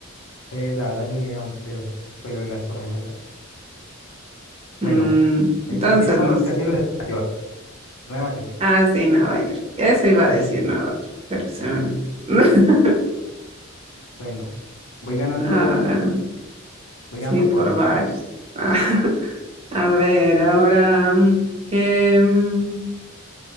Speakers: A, on the left (about 70°); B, on the right (about 30°).
A: Eh, la verdad, yo ni idea dónde fue lo de las Torres Gemelas.
B: Mm,
A: Bueno, el
B: entonces,
A: que tiene más
B: no
A: rascacielos
B: sé.
A: es Nueva York. Nueva York.
B: Ah, sí, Nueva York. Eso iba a decir Nueva York, pero se me olvidó. <laughs>
A: Bueno, voy ganando
B: Ahora,
A: Voy
B: sí,
A: ganando
B: por
A: por dos.
B: varios. Ah, <laughs> A ver, ahora, mm, ¿qué, mm,